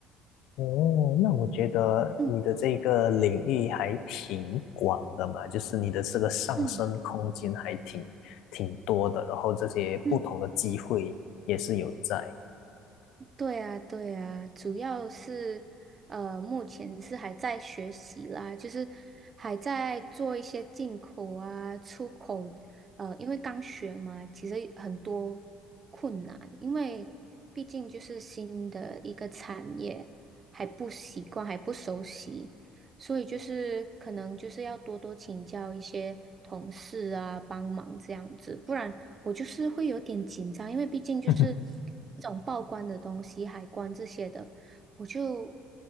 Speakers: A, on the left; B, on the right.
A: 哦，那我觉得你的这个领域还挺广的嘛，
B: 嗯
A: 就是你的这个上升空间还挺挺多的，
B: 嗯
A: 然后这些不同的机会也是有在。
B: 嗯。对啊，对啊，主要是呃，目前是还在学习啦，就是还在做一些进口啊、出口，呃，因为刚学嘛，其实很多困难，因为毕竟就是新的一个产业，还不习惯，还不熟悉，所以就是可能就是要多多请教一些同事啊，帮忙这样子，不然。我就是会有点紧张，因为毕竟就是
A: <laughs>
B: 这种报关的东西、海关这些的，我就